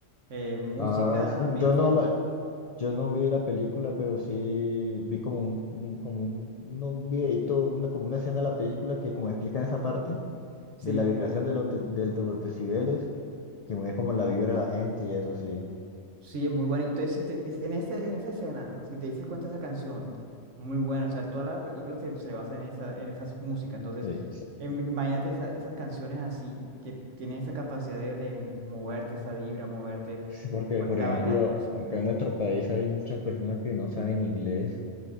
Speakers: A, on the right (about 80°); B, on the left (about 50°).
A: Eh, música,
B: has-
A: amigo
B: yo
A: y fiesta.
B: no, la- Yo no vi la película, pero sí vi como un, un- como un, no, un videíto, una, como una escena de la película que como explica esa parte
A: Sí,
B: de la vibración de los, de, del- de los decibeles, que mueve como la vibra de la gente y eso sí.
A: sí, es muy buena. Entonces, si te- es- en ese, en esa escena, si te dices cuenta esa canción, muy buena. O sea, toda la película se, se basa en esa, en esa música. Entonces,
B: Sí, sí,
A: em- imagínate esa- esas canciones así, que tienen esa capacidad de, de moverte, esa vibra, moverte,
B: sí, porque
A: de ponerte
B: por ejemplo,
A: a bailar incluso.
B: acá en nuestro país hay muchas personas que no saben inglés,